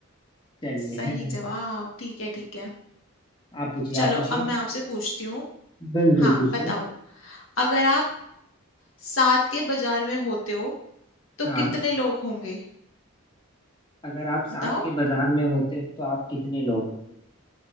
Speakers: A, on the left; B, on the left.
A: चलिए
B: सही जवाब ठीक है ठीक है
A: आप पूछिए
B: चलो
A: आप पूछिए
B: अब मैं आपसे पूछती हूँ
A: बिल्कुल
B: हाँ
A: पूछिए
B: बताओ अगर आप सात के बाजार में होते हो तो
A: हाँ
B: कितने लोग होंगे
A: अगर आप
B: बताओ
A: सात के बाजार में होते हो तो आप कितने लोग होंगे